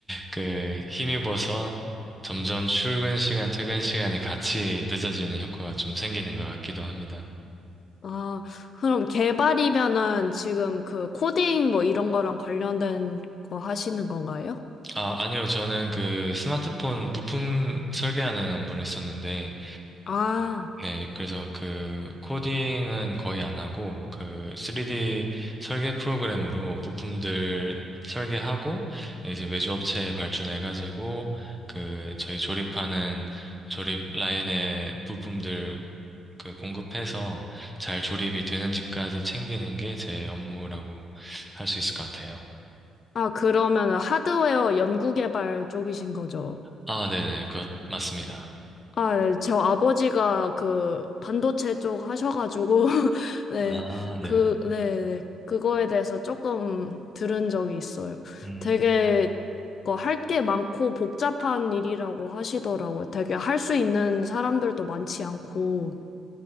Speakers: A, in the centre; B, on the left (about 55°).
A: 그 힘입어서 점점 출근 시간, 퇴근 시간이 같이 늦어지는 효과가 좀 생기는 것 같기도 합니다.
B: 아, 그럼 개발이면은 지금 그 코딩 뭐 이런 거랑 관련된 거 하시는 건가요?
A: 아, 아니요. 저는 그 스마트폰 부품 설계하는 업무를 했었는데,
B: 아,
A: 네, 그래서 그 코딩은 거의 안 하고, 그 3D 설계 프로그램으로 부품들 설계하고, 이제 외주업체에 발주해가지고, 그 저희 조립하는 조립 라인의 부품들 그 공급해서 잘 조립이 되는지까지 챙기는 게 제 업무라고 할 수 있을 것 같아요.
B: 아, 그러면은 하드웨어 연구 개발 쪽이신 거죠?
A: 아, 네네. 그, 맞습니다.
B: 아, 네. 저 아버지가 그 반도체 쪽 하셔가지고 <laughs> 네,
A: 아, 네네.
B: 그, 네, 네. 그거에 대해서 조금 들은 적이 있어요.
A: 음.
B: 되게 그 할게 많고 복잡한 일이라고 하시더라고요. 되게 할 수 있는 사람들도 많지 않고.